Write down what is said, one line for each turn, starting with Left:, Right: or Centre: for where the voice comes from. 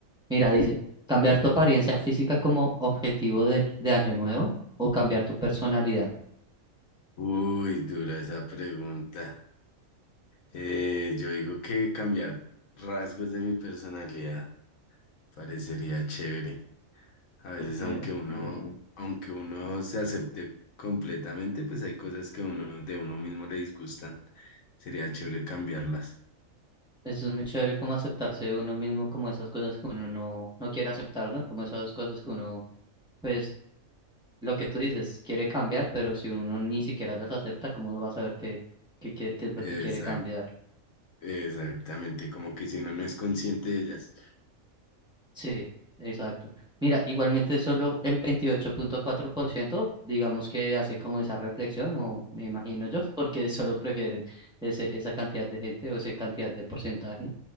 Centre: Mira, dice, ¿cambiar tu apariencia física como objetivo de, de año nuevo o cambiar tu personalidad?
Left: Uy, dura esa pregunta. Eh, yo digo que cambiar rasgos de mi personalidad parecería chévere. A veces,
Centre: Okay.
Left: aunque uno, Mm. aunque uno se acepte completamente, pues hay cosas que uno de uno mismo le disgustan. Sería chévere cambiarlas.
Centre: Eso es muy chévere como aceptarse uno mismo, como esas cosas que uno no, no quiere aceptar, ¿no? Como esas cosas que uno, pues, lo que tú dices, quiere cambiar, pero si uno ni siquiera las acepta, ¿cómo uno va a saber qué, qué, qué qué es lo
Left: Exac-
Centre: que quiere cambiar?
Left: exactamente, como que si uno no es consciente de ellas.
Centre: Sí, exacto. Mira, igualmente solo el veintiocho punto cuatro por ciento, digamos que hace como esa reflexión, o me imagino yo, <laughs> porque solo prefieren ese, esa cantidad de gente o esa cantidad de porcentaje